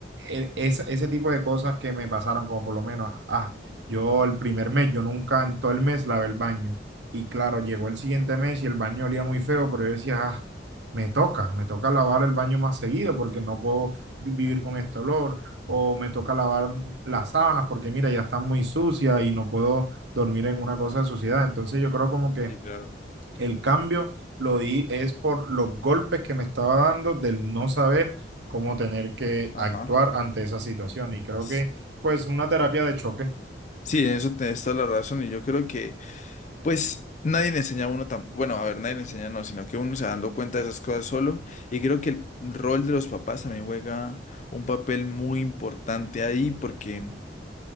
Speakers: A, on the right (about 75°); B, on the left (about 40°).
A: el- ese, ese tipo de cosas que me pasaron, como por lo menos, ah, yo el primer mes, yo nunca en todo el mes lavé el baño. Y claro, llegó el siguiente mes y el baño olía muy feo, pero yo decía, "Ah, me toca, me toca lavar el baño más seguido porque no puedo vi- vivir con este olor, o me toca lavar las sábanas porque mira, ya están muy sucias y no puedo dormir en una cosa de suciedad. Entonces yo creo como que
B: Sí, claro.
A: el cambio lo di es por los golpes que me estaba dando del no saber cómo tener que
B: Ajá.
A: actuar ante esa situación. Y creo
B: S-
A: que pues una terapia de choque,
B: Sí, en eso tenés toda la razón y yo creo que Pues nadie le enseña a uno tampoco, bueno, a ver, nadie le enseña, no, sino que uno se va dando cuenta de esas cosas solo. Y creo que el rol de los papás también juega un papel muy importante ahí, porque